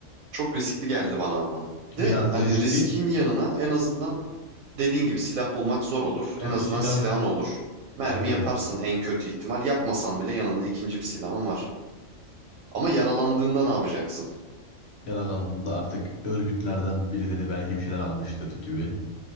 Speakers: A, on the right (about 80°); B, on the left (about 60°).
A: Çok riskli geldi bana ama. De
B: Biraz
A: hani
B: da riskli.
A: riskin yanına en azından dediğin gibi silah bulmak zor olur.
B: Tabii
A: En azından
B: silah
A: silahın olur. Mermi
B: bence
A: yaparsın
B: de.
A: en kötü ihtimal. Yapmasan bile yanında ikinci bir silahın var. Ama yaralandığında ne yapacaksın?
B: Yaralandığımda artık örgütlerden birileri belki bir şeyler almıştır gibi.